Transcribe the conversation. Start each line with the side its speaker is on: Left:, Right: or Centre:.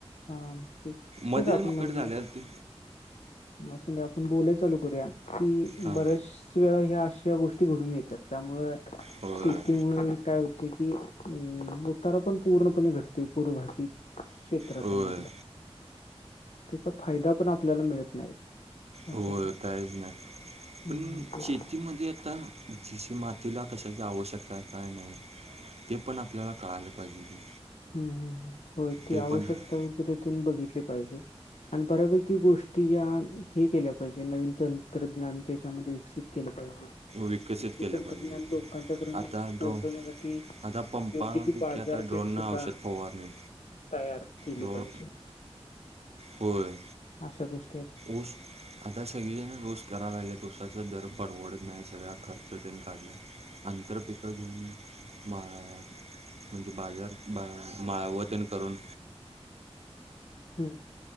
Left: हां तेच
Right: मध्येच
Left: तेच आपण
Right: मग
Left: म्हणलेलो
Right: कट झालेला ते
Left: असुदे आपण बोलाय चालू करूया की
Right: हां
Left: बऱ्याच च वेळा ह्या अशा गोष्टी घडून येतात त्यामुळे
Right: होय
Left: शेतीमुळे काय. की, अ उतारा पण पूर्णपणे घडते पूर्व भग शेती. तर आता
Right: होय
Left: मधलं त्याचा फायदा पण आपल्याला मिळत नाही. लक्षात
Right: हो,
Left: घ्या.
Right: काहीच नाही
Left: हम्म
Right: पण
Left: तेच
Right: शेतीमध्ये आता. जिशी मातीला कशाची आवश्यकता आहे काय नाही ते पण आपल्याला कळायलं पाहिजे.
Left: हम हम, होय ती
Right: ते
Left: आवश्यकता
Right: पण आहे
Left: त्यांनी बघितली आणि बऱ्यापैकी गोष्ट. ते यात हे केल्या पाहिजे नवीन तंत्रज्ञान त्याच्यामध्ये विकसित केलं पाहिजे.
Right: विकसित
Left: आणि हे
Right: केलं
Left: तंत्रज्ञान
Right: पाहिजे
Left: लोकांच्या पयंत
Right: आता ड्रो
Left: पोहोचवण्यासाठी
Right: आता पंपापैकी
Left: योग्य ती बाजारपेठ.
Right: आता ड्रोननं
Left: सुद्धा
Right: औषध फवारणी
Left: तयार केली
Right: ड्रो
Left: पाहिजे.
Right: होय
Left: अशा गोष्टी आहेत.
Right: ऊस आता सगळेजण ऊस करायला लागलेत उसाचा दर परडवडत नाही. सगळ्या खर्च त्यांनी काढल्या आंतरपिकं घेऊन मा''--'' म्हणजे बाजार बा मावतेन करून.
Left: हम्,